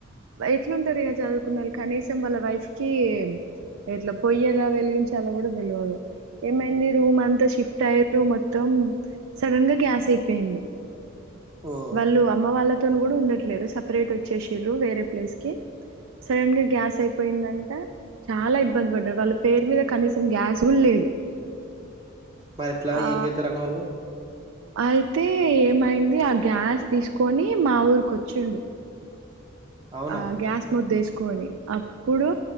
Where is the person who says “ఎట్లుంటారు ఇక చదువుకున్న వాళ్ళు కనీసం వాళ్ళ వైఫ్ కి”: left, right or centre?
Right